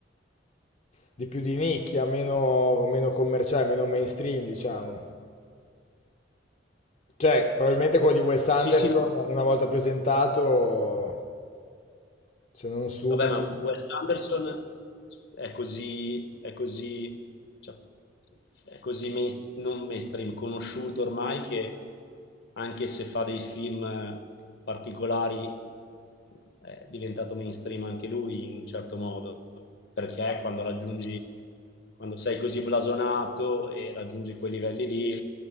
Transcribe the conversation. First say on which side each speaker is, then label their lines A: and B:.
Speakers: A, on the left; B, on the left.
A: di più di nicchia, meno, meno commerciale, meno mainstream, diciamo. Cioè, probabilmente quello di Wes Anderson,
B: Sì, sì, no,
A: una volta presentato, se non subito.
B: Vabbè, ma Wes Anderson è così, è così, cioè, è così main- non mainstream, conosciuto ormai che anche se fa dei film eh, particolari è diventato mainstream anche lui in un certo modo, perché
A: Ah,
B: quando
A: sì.
B: raggiungi, quando sei così blasonato e raggiungi quei livelli lì,